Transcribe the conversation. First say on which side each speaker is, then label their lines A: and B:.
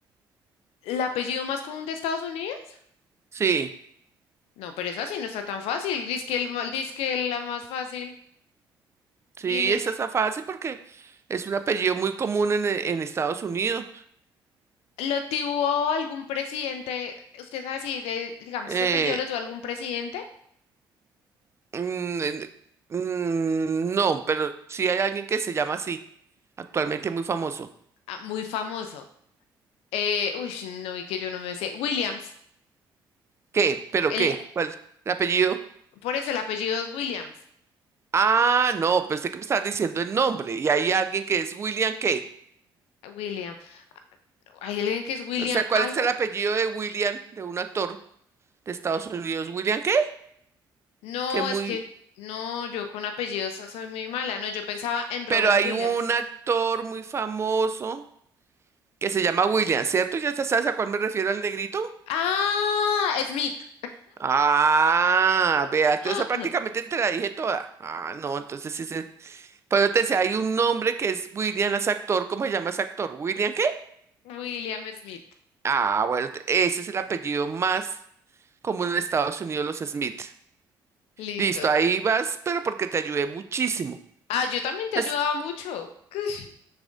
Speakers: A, on the left; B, on the right.
A: ¿El apellido más común de Estados Unidos?
B: Sí,
A: No, pero esa sí no está tan fácil. Dice que, el, ma- dizque la más fácil.
B: sí,
A: Y no-
B: esta está fácil porque es un apellido muy común en, en Estados Unidos.
A: ¿Lo tuvo algún presidente? Usted sabe si, de- digamos,
B: Eh,
A: ese apellido lo tuvo algún presidente
B: Mm, mm, no, pero sí hay alguien que se llama así, actualmente muy famoso.
A: Ah, muy famoso. Eh, uy, no, y que yo no me sé. Williams.
B: ¿Qué? ¿Pero
A: El,
B: qué? ¿Cuál? ¿El apellido?
A: por eso el apellido es Williams.
B: Ah, no, pensé que me estabas diciendo el nombre. Y hay alguien que es William qué.
A: William. ¿Hay alguien que es William
B: O sea, ¿cuál
A: algo?
B: es el apellido de William, de un actor de Estados Unidos? ¿William qué?
A: No,
B: Que muy...
A: es que no, yo con apellidos so- soy muy mala. No, yo pensaba en Robert
B: Pero hay
A: Williams.
B: un actor muy famoso que se llama William, ¿cierto? ¿Ya te sabes a cuál me refiero al negrito?
A: Ah, Smith.
B: Ah, vea,
A: <laughs>
B: entonces prácticamente te la dije toda. Ah, no, entonces sí, sí. Pero te decía, hay un nombre que es William, es actor. ¿Cómo se llama ese actor? ¿William qué?
A: William Smith.
B: Ah, bueno, te- ese es el apellido más común en Estados Unidos, los Smith.
A: Listo.
B: Listo, ahí vas, pero porque te ayudé muchísimo.
A: Ah, yo también te
B: Entonces,
A: he ayudado mucho. <laughs>